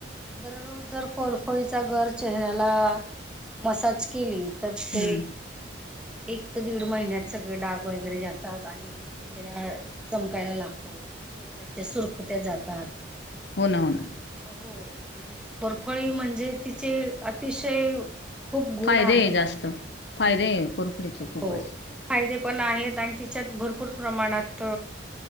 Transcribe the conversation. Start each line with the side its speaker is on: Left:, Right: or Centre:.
Centre: दररोज जर कोरफळीचा घर चेहऱ्याला मसाज केली तर ते
Left: हम्म
Centre: एक ते दीड महिन्यात सगळे डाग वगैरे जाततात. आणि चेहरा चमकायला लागतो. चेहऱ्याच्या सुरखुत्या जातात.
Left: हो ना. हो ना.
Centre: हो आणि परफळी म्हणजे, तिचे अतिशय खूप गुण
Left: फायदे
Centre: आहे.
Left: जास्त
Centre: हो.
Left: फायदे आहे कोरफडीचे खूपच
Centre: फायदे पण आहेत. आणि त्यािच्यात भरपूर प्रमाणात